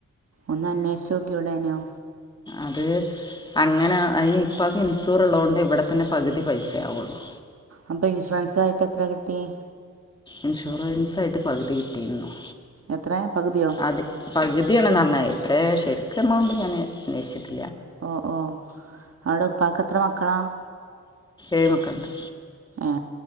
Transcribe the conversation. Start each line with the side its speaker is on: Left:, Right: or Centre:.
Right: ഒന്ന് അന്വേഷിച്ച് നോക്കിക്കൂടായിരുന്നോ
Left: അത് അങ്ങന അതിന് ഉപ്പാക്ക് ഇൻഷൂറൻസ് ഉള്ളത് കൊണ്ട് ഇവിടെ തന്നെ പകുതി പൈസ ആകുകയൊള്ളു പൈസയാവുള്ളു
Right: അപ്പ ഇൻഷുറൻസ ആായിട്ട് എത്ര കിട്ടിയത്
Left: ഇൻഷുറൻസ് ആയിട്ട് പകുതി കിട്ടിയിട്ടുണ്ട്
Right: എത്ര പകുതിയോ
Left: അത് പകുതിയാണെന്ന് പറഞ്ഞത് എത്രയണ് ശരിക്കും ഞാൻ അന്വേഷിചില്ല
Right: ഓ ഓ അവിടെ ഉപ്പാക്ക് എത്ര മക്കൾ ആണ്
Left: എഴ്മക്കളുണ്ട്
Right: ഏ